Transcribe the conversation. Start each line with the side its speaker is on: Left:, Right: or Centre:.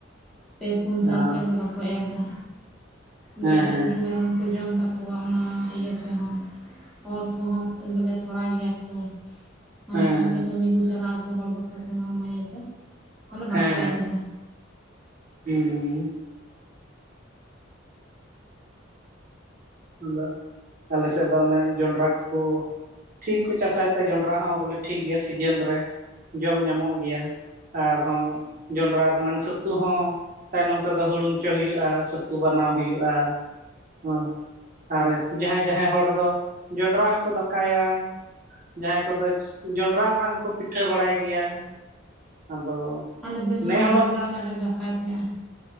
Centre: ᱯᱮ ᱯᱩᱱ
Right: ᱦᱮᱸ
Centre: ᱥᱟᱞ ᱠᱷᱚᱡ ᱵᱚᱞᱮ ᱵᱟᱠᱚ ᱮᱨ ᱮᱫᱟ ᱜᱟᱹᱭ
Right: ᱦᱮᱸ
Centre: ᱰᱟᱝᱨᱤ
Right: ᱦᱮᱸ
Centre: ᱢᱮᱨᱚᱢ ᱠᱚ ᱡᱚᱢ ᱛᱟᱠᱚᱣᱟ ᱚᱱᱟ ᱤᱭᱟᱹ ᱛᱮᱦᱚᱸ ᱦᱚᱲ ᱠᱚᱦᱚᱸ ᱵᱚᱞᱮ ᱛᱷᱚᱲᱟ ᱜᱮᱭᱟ ᱠᱚ ᱦᱟᱱᱛᱮ
Right: ᱦᱮᱸ
Centre: ᱱᱟᱛᱮ ᱠᱟᱹᱢᱤ ᱠᱚ ᱪᱟᱞᱟᱜ-ᱟ ᱦᱚᱲ ᱵᱟᱠᱚ ᱛᱱᱟ ᱚᱱᱟ ᱤᱭᱟᱹᱛᱮ ᱢᱟᱱᱮ
Right: ᱦᱮᱸ
Centre: ᱵᱟᱠᱚ ᱮᱨ ᱮᱫᱟ᱾
Right: ᱦᱮᱸ ᱟᱫᱚ ᱟᱞᱮ ᱥᱮᱫ ᱫᱚ ᱚᱱᱮ ᱡᱚᱱᱰᱨᱟ ᱠᱚᱠᱚ ᱯᱷᱷᱤᱠ ᱠᱚ ᱪᱟᱥᱟᱭ ᱛᱮ ᱡᱚᱱᱰᱨᱟ ᱦᱚᱸ ᱵᱚᱞᱮ ᱴᱷᱤᱠ ᱜᱮᱭᱟ ᱥᱤᱡᱤᱱ ᱨᱮ ᱡᱚᱢ ᱧᱟᱢᱚᱜ ᱜᱮᱭᱟ᱾ ᱟᱨᱦᱚᱸ ᱡᱚᱸᱰᱨᱟ ᱨᱮᱱᱟᱝ ᱥᱟᱹᱛᱩ ᱦᱚᱸ ᱛᱟᱭᱱᱚᱢ ᱛᱮᱫᱚ ᱦᱩᱲᱩᱝ ᱪᱚ ᱦᱩᱭᱩᱜᱼᱟ ᱪᱷᱟᱹᱛᱩ ᱵᱟᱱᱟᱣ ᱦᱩᱭᱩᱜᱼᱟ ᱾ ᱦᱮ ᱟᱨ ᱡᱟᱦᱟᱸᱭ ᱡᱟᱦᱟᱸᱭ ᱦᱚᱲ ᱫᱚ ᱡᱚᱸᱰᱨᱟ ᱦᱚᱸᱠᱚ ᱫᱟᱠᱟᱭᱟ᱾ ᱡᱟᱦᱟᱸᱭ ᱠᱚᱫᱚ ᱡᱚᱸᱰᱨᱟ ᱨᱮᱱᱟᱜ ᱦᱚᱸᱠᱚ ᱯᱤᱴᱷᱟᱹ ᱵᱟᱲᱟᱭ ᱜᱮᱭᱟ᱾ ᱟᱫᱚ
Centre: ᱟᱞᱮ ᱫᱚ
Right: ᱱᱮ ᱦᱚᱲ
Centre: ᱡᱚᱱᱰᱨᱟ ᱨᱮᱱᱟᱜ ᱞᱮ ᱫᱟᱠᱟᱭ ᱛᱟᱦᱮᱸᱱᱟ᱾